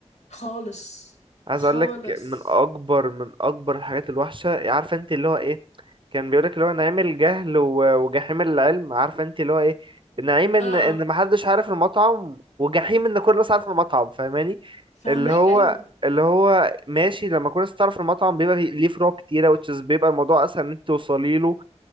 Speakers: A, on the left; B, on the right.
A: خالص
B: عايز
A: خالص
B: اقول لك من اكبر من اكبر الحاجات الوحشه عارفه انت اللي هو ايه كان بيقول لك اللي هو نعيم الجهل و- وجحيم العلم عارفه انت اللي هو ايه نعيم ان
A: اه
B: ان
A: اه
B: ما حدش عارف المطعم وجحيم ان كل الناس عارف المطعم فاهماني
A: فهماك
B: اللي هو
A: ايوه
B: اللي هو ماشي لما كل الناس تعرف المطعم بيبقى فيه- ليه فروع كتيره which is بيبقى الموضوع اسهل ان انت توصلي له